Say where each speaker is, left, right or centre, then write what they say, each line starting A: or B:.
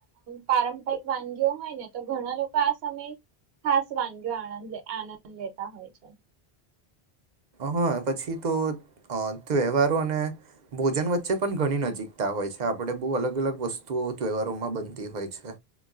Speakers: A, on the right (about 70°); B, on the right (about 50°).
A: પારંપરિક વાનગીઓ હોય ને તો ઘણા લોકો આ સમયે ખાસ વાનગીઓ આનંદ આનંદ લેતા હોય છે.
B: હા, પછી તો તહેવારો અને ભોજન વચ્ચે પણ ઘણી નજીકતા હોય છે. આપણે બહુ અલગ અલગ વસ્તુઓ તહેવારોમાં બનતી હોય છે.